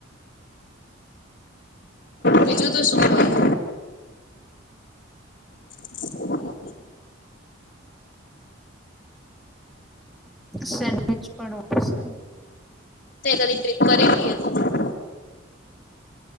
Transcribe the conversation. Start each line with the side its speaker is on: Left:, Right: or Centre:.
Left: બીજું તો શું હોય. <unintelligible>
Centre: સેન્ડવચ પણ હોય છે
Left: તે કદી ટ્રિપ <unintelligible>